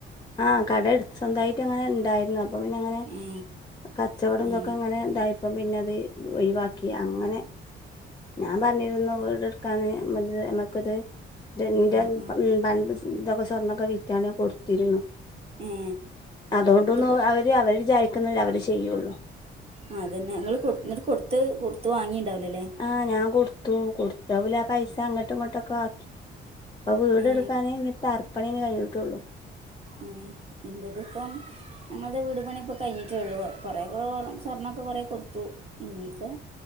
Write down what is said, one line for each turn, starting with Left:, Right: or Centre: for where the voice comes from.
Left: ആഹ് കട എടു സ്വന്തായിട്ട് അങ്ങനെ ഉണ്ടായിരുന്നു അ അപ്പൊ പിന്നെ അങ്ങനെ
Right: ഏ
Left: കച്ചവടം
Right: ഏ
Left: ഇതൊക്കെ അങ്ങനെ ഇതായി പ്പം പിന്നെ അത് ഒഴിവാക്കി അങ്ങനെ ഞാൻ പറഞ്ഞിരുന്നു വീട് എട് ക്കാന് <unintelligible> മക്കത് <unintelligible>
Right: ആ ആ
Left: ഇതൊക്കെ സ്വർണ്ണൊക്കെ വിറ്റാണ് കൊടുത്തിരുന്ന്
Right: ഏ
Left: അതുകൊണ്ടൊന്നും
Right: എന്നിട്ട് കൊ-
Left: അവര് ത് അവര് വിചാരിക്കുന്ന അവര് ചെയ്യുള്ളൂ
Right: ആഹ് അതന്നെ ങ്ങള് കൊട് എന്നിട്ട് കൊടുത്ത് കൊടുത്ത് വാങ്ങീണ്ടാവില്ലല്ലേ
Left: ആഹ് ഞാൻ കൊടുത്തൂകൊടുത്ത അവല് ആഹ് പൈസ അങ്ങോട്ടും ഇങ്ങോട്ടൊക്കെ ആക്കി പ്പൊ വീട്
Right: ഏ
Left: എടുക്കാന് ഇനി തറപ്പണില്ലേ കഴിഞ്ഞിട്ടൊള്ളു
Right: ഏഹ് ഇന്റെതിപ്പം ഞങ്ങളുടെ വീട് പണിപ്പോ കഴിഞ്ഞിട്ടേ ഒള്ളൂ കൊറേ <unintelligible> സ്വർണ്ണൊക്കെ കൊറേ കൊടുത്തു എനീക്ക്